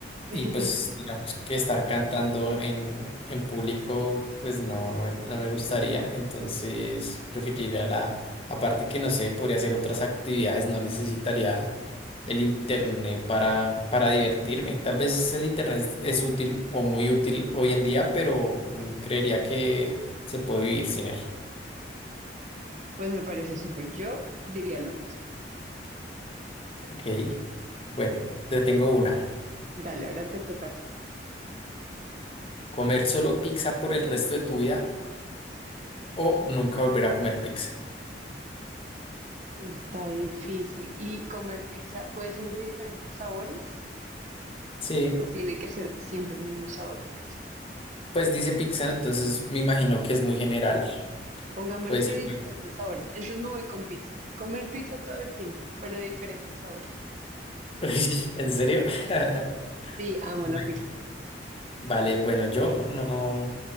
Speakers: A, on the left; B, on the right.
A: Y
B: <laughs>
A: pues digamos que estar cantando en, en público, pues no, no me, no me gustaría, entonces preferiría la Aparte que no sé, podría hacer otras actividades, no necesitaría el internet para, para divertirme. Tal vez el internet es, es útil o muy útil hoy en día, pero mm, creería que se puede vivir sin él.
B: Pues me parece súper. Yo diría lo mismo.
A: Ok, bueno, te tengo una.
B: Dale, ahora te toca a ti.
A: ¿Comer solo pizza por el resto de tu vida o nunca volver a comer pizza?
B: Está difícil. ¿Y comer pizza puede ser de diferentes sabores
A: Sí,
B: o tiene que ser siempre el mismo sabor de pizza?
A: pues dice pizza, entonces me imagino que es muy general.
B: Pongámosle
A: Puede ser.
B: que diferentes sabores. Entonces me voy con pizza. Comer pizza todo el tiempo, pero de diferentes sabores.
A: <laughs> ¿En serio? <laughs>
B: Sí, amo
A: Bueno.
B: la pizza.
A: Vale, bueno, yo no,